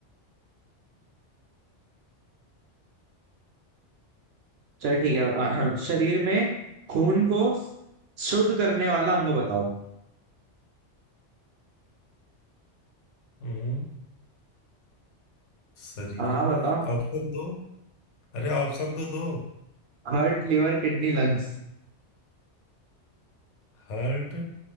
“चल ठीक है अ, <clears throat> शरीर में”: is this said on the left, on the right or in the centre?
Right